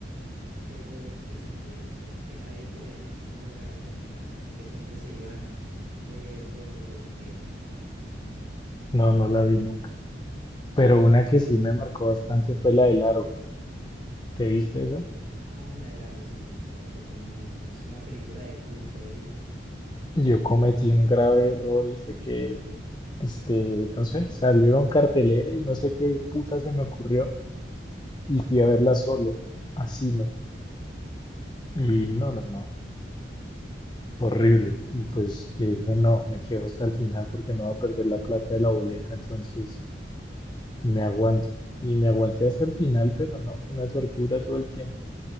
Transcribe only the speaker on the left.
no, no la vi nunca. Pero una que sí me marcó bastante fue la del aro. ¿Te viste eso?
Yo cometí un grave error y fue que, este, no sé, salió en cartelera y no sé qué puta se me ocurrió y fui a verla solo a cine. Y
no, no, no, fue horrible. Y pues yo dije, no, me quedo hasta el final porque no va a perder la plata de la boleta, entonces me aguanto. Y me aguanté hasta el final, pero no, fue una tortura todo el tiempo.